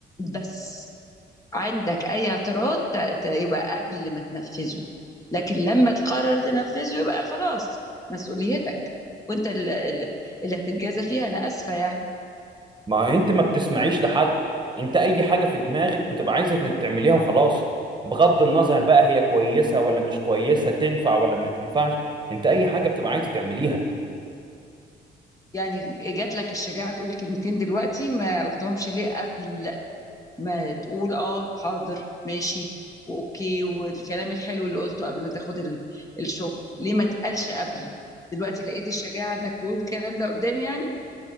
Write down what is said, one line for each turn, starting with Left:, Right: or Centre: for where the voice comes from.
Left: بس عندك اي اعتراض ت- ت- يبقى قبل ما تنفذه لكن لما تقرر تنفذه يبقى خلاص مسؤوليتك وانت ال- ال- اللي هتتجازى فيها انا اسفه يعني
Right: ما انت ما بتسمعيش لحد انت اي حاجة في دماغك بتبقى عايزة انك تعمليها وخلاص بغض النظر بقى هي كويسة ولا مش كويسة تنفع ولا ما تنفعش انت اي حاجة بتبقى عايزة تعمليها
Left: يعني جات لك الشجاعه تقول كلمتين دلوقتي ما قلتهمش ليه قبل ما تقول اه حاضر ماشي واوكي والكلام الحلو اللي قلته قبل ما تاخد ال- الشغل ليه ما تقالش قبل دلوقتي لقيت الشجاعه انك تقول الكلام ده قدامي يعني